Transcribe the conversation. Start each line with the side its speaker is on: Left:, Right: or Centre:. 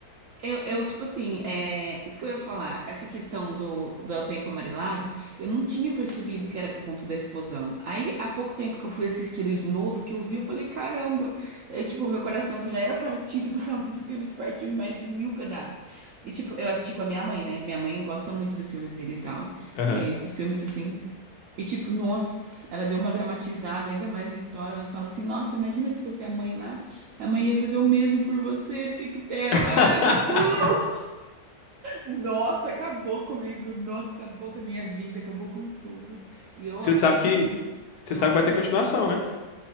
Right: Eu, eu, tipo assim, é, isso que eu ia falar, essa questão do, do tempo amarelado, eu não tinha percebido que era por conta da explosão. Aí, há pouco tempo que eu fui assistir ele de novo, que eu vi, eu falei, caramba! Aí, tipo, meu coração que já era partido <laughs> por causa desse filme, se partiu em mais de mil pedaços. E, tipo, eu assisti com a minha mãe, né? Minha mãe gosta muito dos filmes dele e tal.
Left: Aham.
Right: E esses filmes, assim. E tipo, nossa, ela deu uma dramatizada ainda mais na história. Ela fala assim: Nossa, imagina se fosse a mãe lá. A mãe ia fazer o mesmo por você, não sei o que tem. Eu,
Left: <laughs>
Right: Ai, meu Deus! Nossa, acabou comigo. Nossa, acabou com a minha vida, acabou com tudo. E eu
Left: Você
Right: amo
Left: sabe
Right: esse filme,
Left: que,
Right: mas
Left: você
Right: eu
Left: sabe
Right: não consigo
Left: que vai ter continuação,
Right: assistir ele sem chorar.
Left: né?